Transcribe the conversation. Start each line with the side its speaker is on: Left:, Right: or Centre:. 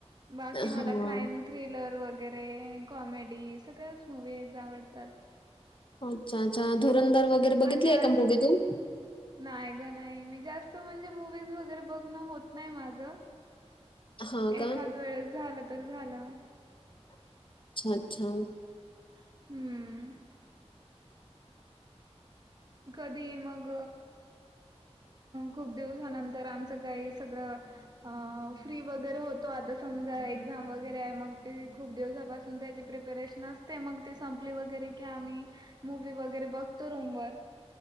Right: बाकी
Left: हां.
Right: मला क्राईम थ्रिलर, वगैरे कॉमेडी सगळ्याच मूवीज आवडतात.
Left: अच्छा अच्छा धुरधर वगैरे
Right: पण
Left: बघितलीय
Right: जास्त
Left: का? मूवी तु
Right: नाही ग नाही मी जास्त म्हणजे मूवीज वगैरे बघणं होत नाही माझं.
Left: हां
Right: एखाद
Left: का?
Right: वेळेस झालं तर झालं.
Left: अच्छा अच्छा.
Right: हम्म कधी मग खूप दिवसानंतर आमचं काही सगळं अ फ्री वगैरे होत. तो आता समजा एक्झाम वगैरे आहे मग ती खूप दिवसापासून त्याची प्रिपेरेशन असते. ते मग ती संपली वगैरे की आम्ही मूवी् वगैरे बघतो रूम वर.